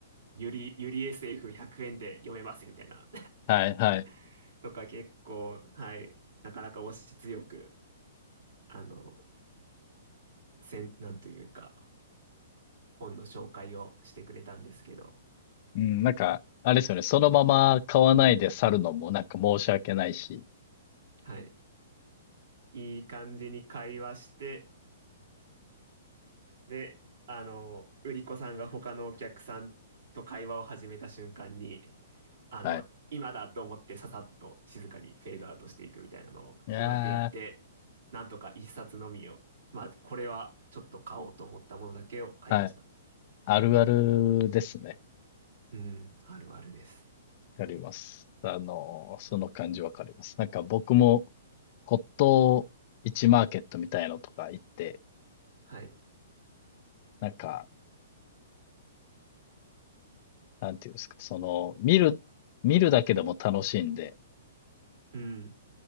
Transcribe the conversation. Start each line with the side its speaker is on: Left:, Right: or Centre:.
Right: ゆり、ゆり SF100 円で読めますよ、みたいな。
Left: はい、はい。
Right: <laughs> とか結構、はい、なかなか押し強く、あの、せん、なんというか、本の紹介をしてくれたんですけど、
Left: うん、なんか、あれですよね。そのまま買わないで去るのもなんか申し訳ないし。
Right: はい。いい感じに会話して、で、あの、売り子さんが他のお客さんと会話を始めた瞬間に、あの、
Left: はい。
Right: 今だと思ってささっと静かにフェードアウトしていくみたいなのをうまくやって、
Left: いや
Right: なんとか一冊のみを、まあ、これはちょっと買おうと思ったものだけを買いました。
Left: ー、はい。あるあるですね。
Right: うん、あるあるです。
Left: わかります。あのー、その感じわかります。なんか僕も骨董市マーケットみたいのとか行って、
Right: はい。
Left: なんか、なんていうんですか、その、見る、見るだけでも楽しいんで、
Right: うん、